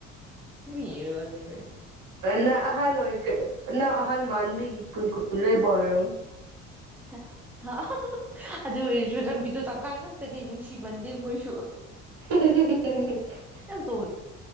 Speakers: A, in the centre; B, on the right.
A: ꯑꯗꯨꯝ ꯌꯦꯡꯉꯒ ꯂꯩꯕꯅꯤ
B: ꯅꯪ ꯑꯍꯥꯟ ꯑꯣꯏꯈ꯭ꯔꯦ ꯅꯪ ꯑꯍꯥꯟ ꯃꯥꯟꯕꯒꯤ ꯀꯨꯟ ꯀꯨꯟ ꯂꯧꯕꯣꯏꯔꯣ
A: <unintelligible> ꯑꯗꯨ ꯑꯣꯏꯔꯁꯨ ꯂꯝꯕꯤꯗꯣ ꯇꯪꯈꯥꯏ ꯉꯥꯛꯇꯅꯦ ꯅꯨꯡꯁꯤꯃꯟꯗꯦ ꯃꯣꯏꯁꯨ
B: <unintelligible>
A: ꯀꯩꯝ ꯇꯧ